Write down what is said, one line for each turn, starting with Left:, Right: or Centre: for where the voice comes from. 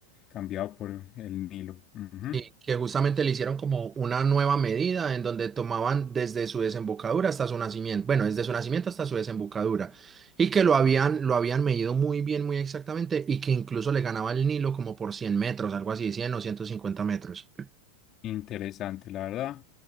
Left: cambiado por el Nilo. Ujú.
Right: Sí. que justamente le hicieron como una nueva medida en donde tomaban desde su desembocadura hasta su nacimiento, bueno, desde su nacimiento hasta su desembocadura, y que lo habían, lo habían medido muy bien, muy exactamente, y que incluso le ganaba al Nilo como por 100 metros, algo así, 100 o ciento cincuenta metros.
Left: Interesante, la verdad.